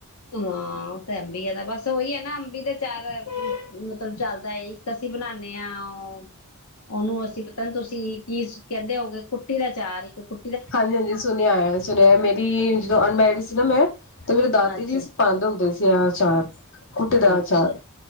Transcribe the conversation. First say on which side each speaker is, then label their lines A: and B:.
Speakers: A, on the left; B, on the left.
A: ਹਾਂ ਉਹ ਤੇ ਅੰਬੀਆਂ ਦਾ ਬਸ ਉਹੀ ਹੈ ਨਾ ਅੰਬੀ ਦਾ, ਚਾਰ ਮਤਲਬ ਚੱਲਦਾ ਹੈ ਇੱਕ ਅਸੀਂ ਬਣਾਨੇ ਹਾਂ ਉਹ ਉਹਨੂੰ ਅਸੀਂ, ਪਤਾ ਤੁਸੀਂ ਕੀ ਕਹਿੰਦੇ ਹੋਗੇ ਕੁੱ- ਟੀ ਦਾ ਚਾਰ ਇੱਕ ਕੁ-
B: ਹਾਂਜੀ ਹਾਂਜੀ ਸੁਣਿਆ ਸੁਣਿਆ ਮੇਰੀ ਜਦੋਂ ਅਨਮੈਰਿਡ ਇਸ ਦਾ ਮੈਂ <unintelligible> ਤੇ ਮੇਰੇ ਦਾਦੀ
A: ਅੱਛਾ
B: ਜੀ ਸੀ ਪਾਂਦੇ ਹੁੰਦੇ ਸੀ। ਕਹਿੜਾ ਆਚਾਰ, ਕੁੁੱਟ ਦਾ
A: ਅੱਛਾ
B: ਅਚਾਰ